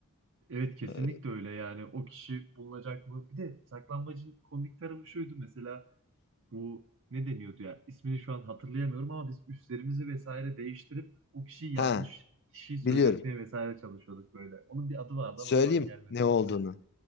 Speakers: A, on the right (about 60°); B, on the left (about 45°).
A: Evet kesinlikle
B: Ee,
A: öyle yani. O kişi bulunacak mı? Bir de saklambacın komik tarafı şuydu mesela. bu ne deniyordu ya? İsmini şu an hatırlayamıyorum ama biz üstlerimizi vesaire değiştirip o kişiyi yanlış
B: Ha,
A: kişiyi söyletmeye
B: biliyorum.
A: vesaire çalışıyorduk böyle. Onun bir adı vardı
B: Söyleyeyim
A: ama şu an gelmedi
B: ne olduğunu.
A: aklıma.